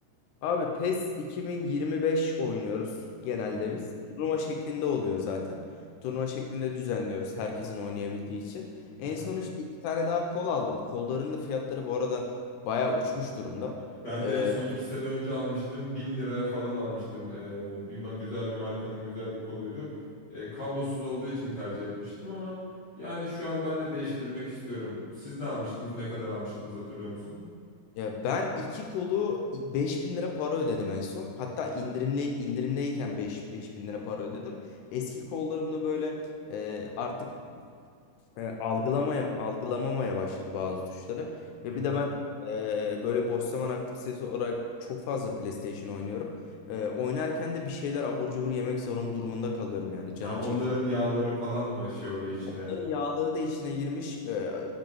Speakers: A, on the left; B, on the left.
A: abi PES 2025 oynuyoruz genelde
B: Hı hı.
A: biz. Turnuva şeklinde oluyor zaten. Turnuva şeklinde düzenliyoruz herkesin oynayabildiği için. En
B: Hı hı.
A: son işte iki tane daha kol aldım. Kolların da fiyatları bu arada bayağı uçmuş durumda.
B: Ben
A: Ee,
B: de en son iki sene önce almıştım. Bin liraya falan almıştım. Ee, bir, ma- güzel bir markanın güzel bir koluydu. Ee, kablosuz olduğu için tercih etmiştim ama yani şu an ben de değiştirmek istiyorum. Siz ne almıştınız? Ne kadar almıştınız hatırlıyor musun?
A: ya ben iki kolu 5000 lira para ödedim en son. Hatta indirimli indirimdeyken 5 bin lira para ödedim. Eski kollarımda böyle e, artık e, algılamaya algılamamaya başladı bazı tuşları. Ve
B: Hı hı.
A: bir de ben e, böyle boş zaman aktivitesi olarak çok fazla PlayStation oynuyorum. E, oynarken de bir şeyler abur cubur yemek zorun durumunda kalıyorum yani
B: Ha,
A: canım
B: onların
A: çekiyor.
B: yağları falan mı şey oluyor içine?
A: Bunların Yağları da içine girmiş e,